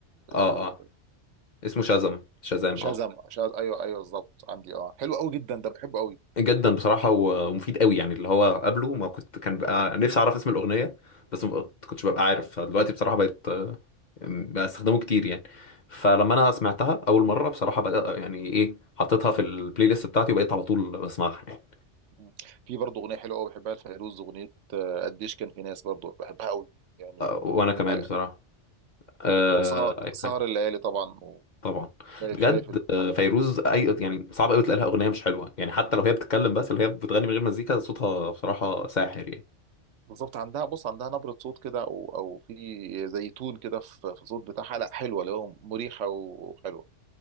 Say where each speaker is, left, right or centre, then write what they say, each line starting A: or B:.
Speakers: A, on the right; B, on the left.
A: آه،
B: اه اسمه شازم شازام
A: شازم
B: اه
A: شاز ايوه ايوه بالظبط عندي اه حلو قوي جدا ده بحبه قوي
B: جدا بصراحة و- ومفيد قوي يعني اللي هو قبله ما كنت كان بقى نفسي أعرف اسم الأغنية بس ما كنتش ببقى عارف فدلوقتي بصراحة بقت آه، بقى استخدمه كتير يعني فلما
A: مم.
B: أنا سمعتها أول مرة بصراحة بقى يعني إيه حطيتها في البلاي ليست بتاعتي وبقيت على طول بسمعها يعني
A: مم. في برضه اغنيه حلوه قوي بحبها لفيروز اغنيه آه، قديش كان في ناس برضه بحبها قوي يعني
B: آه، وأنا
A: من
B: كمان
A: الحاجة
B: بصراحة آه،
A: وسهر
B: أي
A: سهر
B: حاجة
A: الليالي طبعا
B: طبعا
A: وشايف
B: بجد
A: شايف ال-
B: آه، فيروز أي يعني صعب قوي تلاقي لها أغنية مش حلوة يعني حتى لو هي بتتكلم بس اللي هي بتغني من غير مزيكا صوتها بصراحة ساحر يعني
A: بالظبط عندها بص عندها نبرة صوت كده او او في زي تون كده في في الصوت بتاعها لا حلوة اللي هو مريحة وحلوة